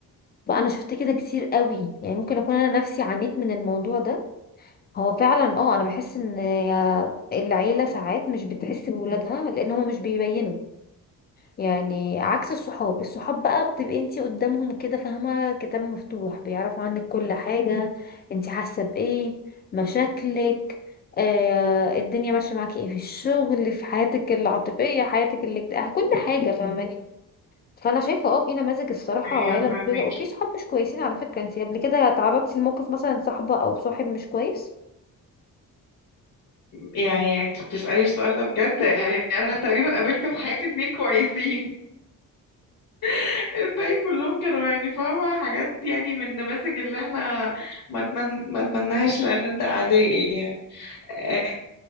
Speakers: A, on the left; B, on the left.
A: فانا شفت كده كتير قوي يعني ممكن اكون انا نفسي عانيت من الموضوع ده هو فعلا اه انا بحس ان العيله ساعات مش بتحس بولادها لان هما مش بيبينوا يعني عكس الصحاب الصحاب بقى بتبقي انتي قدامهم كده فاهمه كتاب مفتوح بيعرفوا عنك كل حاجه انتي حاسه بايه مشاكلك آه الدنيا ماشيه معاكي ايه في الشغل في حياتك العاطفيه حياتك الاجتماعيه كل حاجه فاهماني فانا شايفه اه في نماذج الصراحه
B: ايوه
A: عيله
B: فاهمة
A: مش كويسه وفي صحاب مش كويسين على فكره انتي قبل كده تعرضتي لموقف مثلا صاحبه او صاحب مش كويس
B: يعني انت بتسألي السؤال ده بجد يعني انا تقريبا قابلت في حياتي اتنين كويسين <laughs> الباقي
A: <laughs>
B: كلهم كانوا يعني فاهمة حاجات يعني من النماذج اللي احنا ما اتمن... ما اتمناهاش لألد أعدائي يعني اه